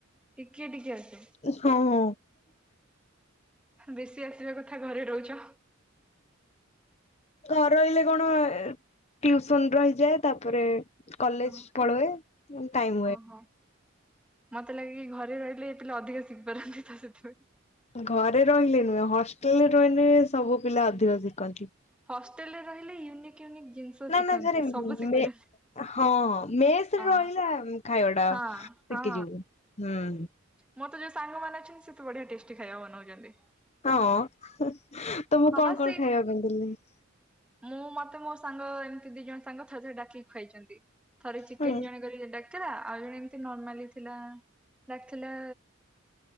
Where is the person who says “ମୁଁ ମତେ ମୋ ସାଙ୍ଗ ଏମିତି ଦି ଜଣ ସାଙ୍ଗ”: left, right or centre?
Centre